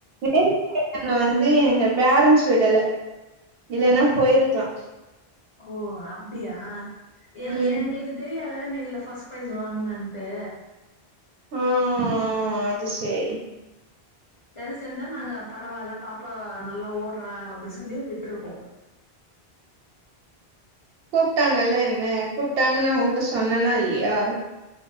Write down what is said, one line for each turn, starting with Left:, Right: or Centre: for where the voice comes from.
Right: நேரு ஸ்டேடியம் ல வந்து எங்க பேரன்ட்ஸ் விடல இல்லனா போயிருக்லா
Left: ஓ அப்டியா எ
Right: ம்
Left: எங்ளுக்கு தெரியாத நீ இதுல ஃபஸ்ட் ப்ரைஸ் வாங்குனன்ட்டு
Right: ஓ ஓ அது சேரி
Left: எது செஞ்சால் நாங்க பரவால்ல பாப்பா நல்லா ஓட்றா அப்டி சொல்லி விட்ருக்கோ
Right: கூப்ட்டாங்கல்ல என்ன கூப்ட்டாங்க நா ஓங்குட்ட சொன்னனா இல்லியா